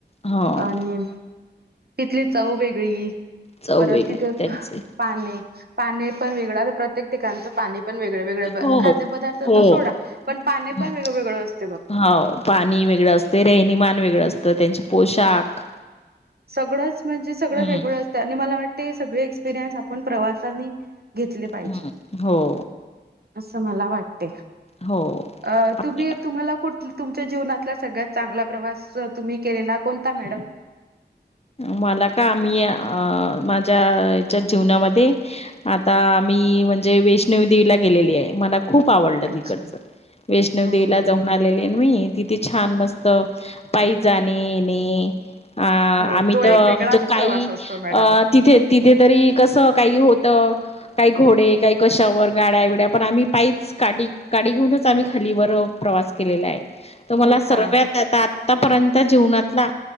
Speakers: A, on the left; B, on the right.
A: हो
B: आणि तिथली चव वेगळी
A: चव
B: परत
A: वेगळी
B: तिथे
A: त्यांचे
B: पाने पाणी पण वेगळां प्रत्येक ठिकाणच पाणी पण वेग. वेगवेगळे
A: हो
B: खाद्य पदारथ
A: हो.
B: तर सोडा पण पाणी
A: हं,
B: पण वेगवेगळं असत.
A: हो पाणी वेगळं असते रेहनीमान वेगळं असतं त्यांचे पोशाख
B: सगळंच म्हणजे सगळं
A: हम्म
B: वेगळं असत आणि मला वाटत सगळे एक्सपिरियन्स आपण प्रवा घेतले पाहिजे.
A: हम्म. हो.
B: असं मला वाटते.
A: हो.
B: अ
A: आपल्याला
B: तुम्ही तुम्हाला कुठ तुमच्या जीवनातला सगळ्यात चांगला प्रवास तुम्ही केलेला कोणता मॅडम
A: मला का आम्ही माझ्या याच्यात जीवनामध्ये आता आम्ही म्हणजे वैष्णवी देवीला गेलेली आहे मला खूप आवडलं
B: अच्छा
A: तिकडच वैष्णव
B: हो
A: देवी जाऊन आलेले. मी तिथे छान मस्त पाय जाणे येणे अ आम्ही.
B: हो तो
A: तर
B: एक वेगळाच
A: म्हणजे काही
B: प्रवास असतो मॅडम
A: अ तिथे. तिथे तरी कसं काही होत काही घोडे काही कशावर गाड्या बिड्या पण आम्ही पायीच. गाडी गाडी घेऊनच आम्ही खाली वर प्रवास केलेला आहे. तुम्हाला
B: हो
A: सर्वत
B: का
A: आता आतापर्यंत जीवनातला